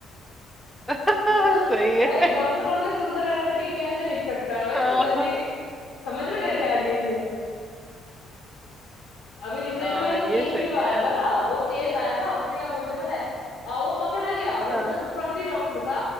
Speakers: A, in the centre; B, on the left.
A: हाँ
B: मतलब
A: <laughs> सही है
B: भाई डॉक्टरों के सुंदर हैंडराइटिंग कैसे लिख सकता है भाई
A: हाँ
B: तू गंदी
A: हाँ
B: लिख समझ में कैसे आ रही है ये अभी रिसेंट
A: हाँ,
B: में ऐसा
A: ये
B: केस
A: सही
B: भी तो आया
A: है यार
B: था ना वो केस आया था उसमें क्या बोलते हैं पता है आ, वो पकड़ा गया वो
A: हाँ
B: मतलब फर्जी डॉक्टर था